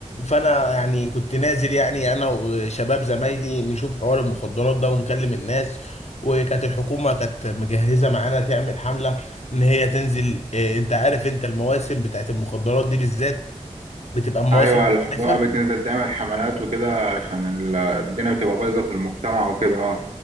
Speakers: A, on the left; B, on the right.
A: فانا يعني كنت نازل يعني انا وشباب زمايلي نشوف حوار المخدرات ده ونكلم الناس وكانت الحكومه كانت مجهزه معانا تعمل حمله ان هي تنزل إيه، انت عارف انت المواسم بتاعت المخدرات دي بالذات بتبقى مواسم
B: ايوه الحكومه
A: عارفها
B: بتنزل تعمل حملات وكده عشان ال- الدنيا بتبقى بايظه في المجتمع وكده اه